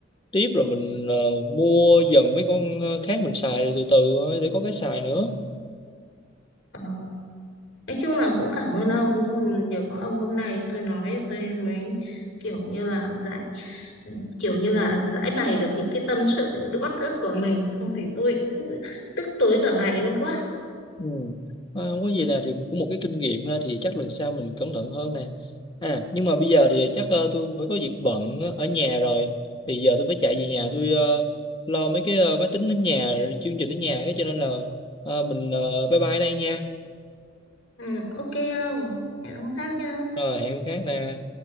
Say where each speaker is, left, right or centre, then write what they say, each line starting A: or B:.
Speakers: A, on the left; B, on the left.
A: tiếp rồi mình ờ, mua dần mấy con ờ, khác mình xài từ từ thôi để có cái xài nữa.
B: Ờ, nói chung là cũng cảm ơn ông nhưng nhờ có ông hôm nay tôi nói tôi mới kiểu như là giải ừ, kiểu như là giải bày được những cái tâm sự những cái uất ức của mình không thì tôi cứ tức tối cả ngày luôn quá
A: Ừ. Ờ, Không có gì nè thì cũng một cái kinh nghiệm ha thì chắc lần sau mình cẩn thận hơn nè. À nhưng mà bây giờ thì chắc ờ, tôi phải có việc bận ở nhà rồi. Thì giờ tôi phải chạy về nhà tôi ờ, lo mấy cái ờ, máy tính ở nhà, rồi chương trình ở nhà cái cho nên là ờ, mình ờ, bye bye đây nha.
B: ừ, ok không hẹn ông khác nha
A: Rồi hẹn hôm khác nè.